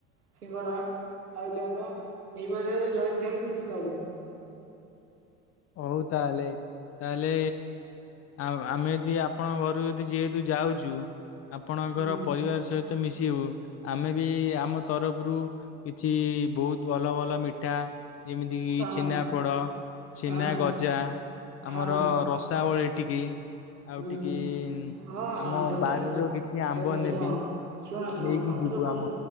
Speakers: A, on the right; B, on the left.
A: ସିଙ୍ଗଡ଼ା, ଆଳୁଚପ ଏଇପରିକା ବି ଜଳିଖିଆ ବି କିଛି ଦବୁ।
B: ହଉ ତାହେଲେ। ତାହେଲେ ଆ-ଆମେ ଯଦି ଆପଣଙ୍କ ଘରୁକୁ ଯଦି ଯେହେତୁ ଯାଉଚୁ। ଆପଣଙ୍କର
A: ହୁଁ
B: ପରିବାର ସହିତ ମିଶିବୁ ଆମେ ବି ଆମ ତରଫୁରୁ କିଛି ବହୁତୁ ଭଲ ଭଲ ମିଠା ଯେମିତି କିି
A: ହଁ
B: ଛେନାପୋଡ ଛିନାଗଜା
A: ହଁ ହଁ
B: ଆମର ରସାବଳୀ ଟିକେ। ଆଉ
A: ହୁଁ
B: ଟିକେ
A: ହଁ ହଁ
B: ଆମ
A: ସେଟା
B: ବାରିର
A: ଶୁଣ
B: କିଛି ଆମ୍ବ
A: ସେଟା
B: ନେବି
A: ଶୁଣ ଶୁଣ ଶୁଣ
B: ନେଇକି
A: ତମେ
B: ଯିବୁ
A: ଯୋଉ କୋଉ
B: ଆମ